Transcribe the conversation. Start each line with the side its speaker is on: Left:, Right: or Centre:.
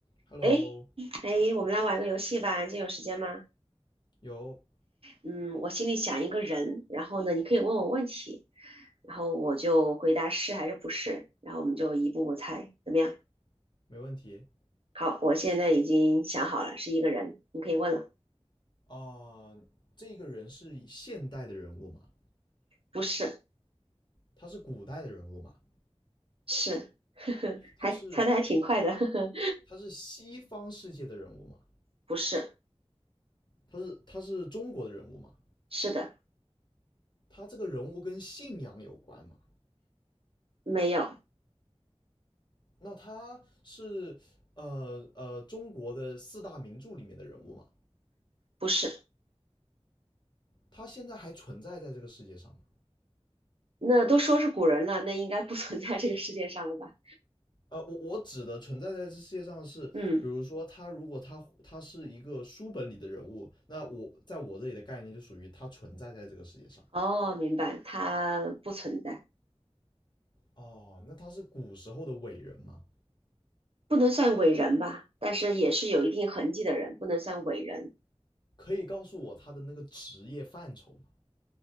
Left: Hello，
Right: 诶诶，我们来玩个游戏吧，你今天有时间吗？
Left: 有，
Right: 嗯，我心里想一个人，然后呢，你可以问我问题，然后我就回答是还是不是，然后我们就一步步猜，怎么样？
Left: 没问题。
Right: 好，我现在已经想好了，是一个人，你可以问了。
Left: 啊、这个人是现代的人物吗？
Right: 不是，
Left: 他是古代的人物吗？
Right: 是，<laughs> 呵呵，
Left: 他是
Right: 还猜的还挺快的，<laughs> 呵呵，
Left: 他是西方世界的人物吗？
Right: 不是，
Left: 他是他是中国的人物吗？
Right: 是的，
Left: 他这个人物跟信仰有关吗？
Right: 没有，
Left: 那他是呃呃中国的四大名著里面的人物吗？
Right: 不是。
Left: 他现在还存在在这个世界上吗？
Right: 那都说是古人了，那应该不存在这个世界上了吧？
Left: 呃，我我指的存在在这世界上是，
Right: 嗯，
Left: 比如说他如果他他是一个书本里的人物，那我在我这里的概念就属于他存在在这个世界上。
Right: 哦，明白，他不存在。
Left: 哦，那他是古时候的伟人吗？
Right: 不能算伟人吧，但是也是有一定痕迹的人，不能算伟人。
Left: 可以告诉我他的那个职业范畴吗？